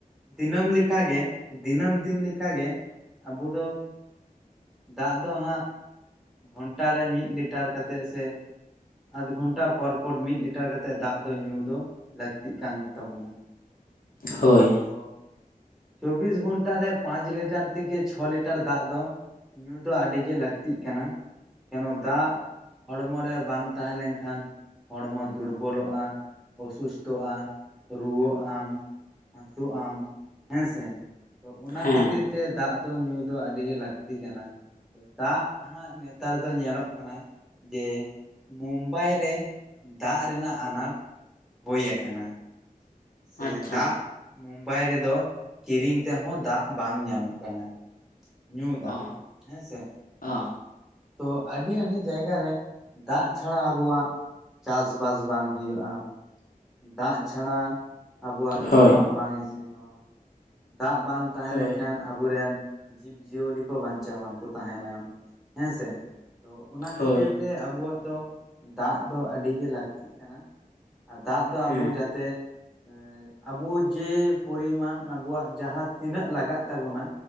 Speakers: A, in the centre; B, on the left.
A: ᱫᱤᱱᱟᱹᱢ ᱞᱮᱠᱟᱜᱮ ᱫᱤᱱᱟᱹᱢ ᱫᱤᱱ ᱞᱮ ᱞᱮᱠᱟᱜᱮ ᱟᱵᱚ ᱫᱚ ᱫᱟᱜ ᱫᱚ ᱦᱟᱸᱜ ᱜᱷᱚᱱᱴᱟ ᱨᱮ ᱢᱤᱫ ᱞᱤᱴᱟᱨ ᱠᱟ ᱠᱟᱛᱮᱫ ᱥᱮ ᱟᱫᱷ ᱜᱷᱚᱱᱴᱟ ᱯᱚᱨ ᱯᱚᱨ ᱢᱤᱫ ᱞᱤᱴᱟᱨ ᱠᱟᱛᱮᱫ ᱫᱟᱜ ᱫᱚ ᱧᱩ ᱫᱚ ᱞᱟᱹᱠᱛᱤᱜ ᱠᱟᱱ ᱜᱮ ᱛᱟᱵᱚᱱᱟ <inaudible>
B: ᱦᱳᱭ
A: ᱛᱚ ᱪᱚᱵᱽᱵᱤᱥ ᱜᱷᱚᱱᱴᱟ ᱨᱮ ᱯᱟᱸᱪ ᱞᱤᱴᱟᱨ ᱛᱷᱮᱠᱮ ᱪᱷᱚ ᱞᱤᱴᱟᱨ ᱫᱟᱜ ᱫᱚ ᱧᱩ ᱫᱚ ᱟᱹᱰᱤᱜᱮ ᱞᱟᱹᱠᱛᱤᱜ ᱠᱟᱱᱟ ᱠᱮᱱᱚ ᱫᱟᱜ ᱦᱚᱲᱢᱚ ᱨᱮ ᱵᱟᱝ ᱛᱟᱦᱮᱸ ᱞᱮᱱᱠᱷᱟᱱ ᱦᱚᱲᱢᱚ ᱫᱩᱨᱵᱚᱞᱚᱜᱼᱟ ᱚᱥᱩᱥᱛᱷᱚᱜᱼᱟ ᱨᱩᱣᱟᱹᱜ ᱟᱢ ᱦᱟᱹᱥᱩᱜ ᱟᱢ ᱦᱮᱸ ᱥᱮ ᱛᱚ ᱚᱱᱟ
B: ᱦᱮᱸ
A: ᱠᱷᱟᱹᱛᱤᱨ ᱛᱮ ᱫᱟᱜ ᱫᱚ ᱧᱩ ᱫᱚ ᱟᱹᱰᱤ ᱜᱮ ᱞᱟᱹᱠᱛᱤ ᱠᱟᱱᱟ ᱛᱚ ᱫᱟᱜ ᱦᱟᱸ ᱱᱮᱛᱟᱨ ᱫᱚ ᱧᱮᱞᱚᱜ ᱠᱟᱱᱟ ᱡᱮ ᱢᱩᱢᱵᱟᱭ ᱨᱮ ᱫᱟᱜ ᱨᱮᱱᱟᱜ ᱟᱱᱟᱴ ᱦᱩᱭ ᱟᱠᱟᱱᱟ ᱥᱮ
B: ᱟᱪᱪᱷᱟ
A: ᱫᱟᱜ ᱢᱩᱢᱵᱟᱭ ᱨᱮᱫᱚ ᱠᱤᱨᱤᱧ ᱛᱮᱦᱚᱸ ᱫᱟᱜ ᱵᱟᱝ ᱧᱟᱢᱚᱜ ᱠᱟᱱᱟ ᱧᱩ ᱫᱟᱜ
B: ᱚ
A: ᱦᱮᱸ ᱥᱮ
B: ᱚ
A: ᱛᱚ ᱟᱹᱰᱤ ᱟᱹᱰᱤ ᱡᱟᱭᱜᱟ ᱨᱮ ᱫᱟᱜ ᱪᱷᱟᱲᱟ ᱟᱵᱚᱣᱟᱜ ᱪᱟᱥ ᱵᱟᱥ ᱵᱟᱝ ᱦᱩᱭᱩᱜᱼᱟ ᱫᱟᱜ ᱪᱷᱟᱲᱟ ᱟᱵᱚᱣᱟᱜ ᱡᱚᱢᱟᱜ
B: ᱦᱳᱭ
A: ᱵᱟᱝ ᱤᱥᱤᱱᱚᱜ ᱫᱟᱜ ᱵᱟᱝ ᱛᱟᱦᱮᱸ
B: ᱦᱳᱭ
A: ᱞᱮᱱᱠᱷᱟᱱ ᱟᱵᱚᱨᱮᱱ ᱡᱤᱵᱽᱡᱤᱭᱟᱹᱞᱤ ᱠᱚ ᱵᱟᱧᱪᱟᱣ ᱵᱟᱝᱠᱚ ᱛᱟᱦᱮᱱᱟ ᱦᱮᱸ ᱥᱮ ᱛᱚ ᱚᱱᱟ
B: ᱦᱳᱭ
A: ᱠᱷᱟᱹᱛᱤᱨ ᱛᱮ ᱟᱵᱚᱣᱟᱜ ᱫᱚ ᱫᱟᱜ ᱫᱚ ᱟᱹᱰᱤ ᱜᱮ ᱞᱟᱹᱠᱛᱤᱜ ᱠᱟᱱᱟ ᱟᱨ ᱫᱟᱜ ᱫᱚ
B: ᱦᱮᱸ
A: ᱟᱵᱚ ᱡᱟᱛᱮ ᱮ ᱟᱵᱚ ᱡᱮ ᱯᱚᱨᱤᱢᱟᱱ ᱟᱵᱚᱣᱟᱜ ᱡᱟᱦᱟᱸ ᱛᱤᱱᱟᱹᱜ ᱞᱟᱜᱟᱜ ᱛᱟᱵᱚᱱᱟ